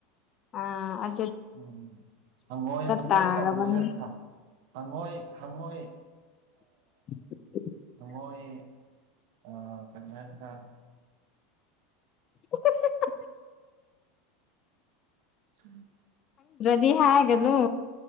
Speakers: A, on the left; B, on the right.
A: ꯑ
B: ꯎꯝ ꯍꯪꯉꯣꯏ ꯍꯪꯉꯣꯏ
A: ꯇꯥꯔꯕꯅꯤ
B: ꯀꯧꯔꯁꯦꯔ ꯍꯪꯉꯣꯏ ꯍꯪꯉꯣꯏ
A: <inaudible>
B: ꯍꯣꯏ ꯑ ꯀꯩꯅ
A: <unintelligible>
B: ꯎꯝ
A: ꯗꯤ ꯍꯥꯏ ꯑꯗꯨ